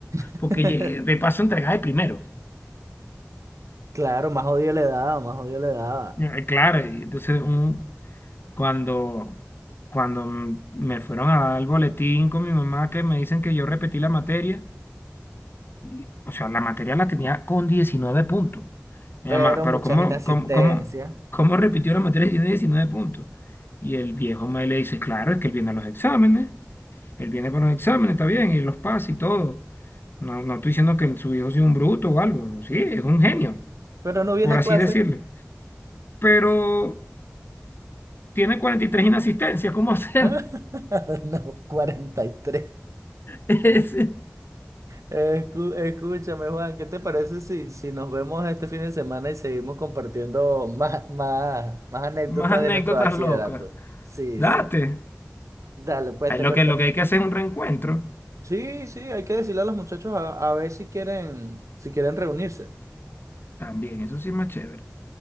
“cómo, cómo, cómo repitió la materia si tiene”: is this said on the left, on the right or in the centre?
Left